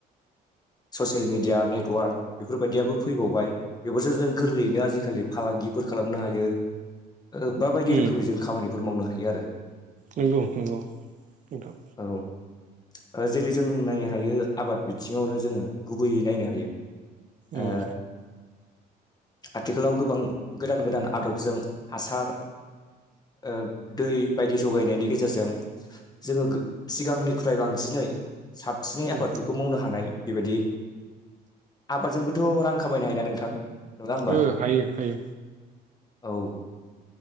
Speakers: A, on the left (about 25°); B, on the right (about 45°).
A: ससियेल मिडिया नेटवार्क बेफोर बायदियाबो फो फैबावबाय बेफोरसो जों गोरलैयैनो आजिखालि फालांगिफोर खालामनो हायो ओ बाबायदि
B: उम
A: रोखोमनि जों खामानिफोर मावनो हायो आरो
B: नंगौ नंगौ नोंथां
A: औ ओ जेरै जों नायनो हायो आबाद बिथिङावनो जोङो गुबैयै नायनो हायो ओ
B: उम
A: आथिखालाव गोबां गोदान गोदान आदबजों हासार ओ दै बायदि ज'गायनायनि गेजेरजों जोङो गो सिगांनिख्रुय बांसिनै साबसिनै
B: उम
A: आबादफोरखौ मावनो हानाय बेबायदि आबादजोंबोथ' रां खामायनो हायोना नोंथां नङा होमबा
B: ओ हायो हायो
A: औ